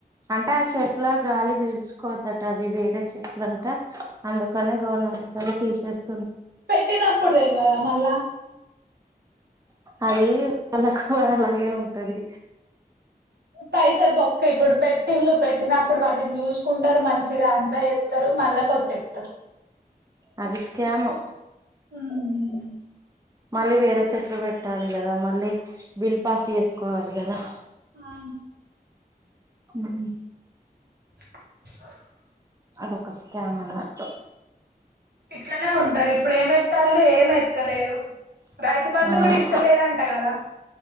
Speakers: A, on the right; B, on the right.
A: అంటే ఆ చెట్ల గాలి పీల్చుకోవద్దట అవి వేరే చెట్లు అంట అందుకని గవర్నమెంట్ వొళ్ళె తీసేస్త
B: పెట్టినప్పుడు తెల్వదా మళ్ళా
A: అదీ వాళ్ళకు అలాగే ఉంటది
B: పైసలు బొక్క ఇప్పుడు పె ఇల్లు పెట్టినప్పుడు వాటిని చూసుకుంటారు మంచిగా అంత ఎ ట్టేత్తరు మళ్ళా కొట్టేత్తరు
A: అవి స్కెము
B: ఉమ్
A: మళ్ళీ వేరే చెట్లు పెట్టాలి కదా, మళ్ళీ బిల్ పాస్ చేసుకోవాలి కదా.
B: ఆ
A: ఉమ్
B: <unintelligible>
A: అదొక స్కమ్ అన్నటు
B: ఇట్లనే ఉంటారు ఇప్పుడు ఏమాతన్లు ఏం ఎత్తలేరు రైతు బంధు
A: అవును
B: కూడా ఇస్తలేరు అంట కదా.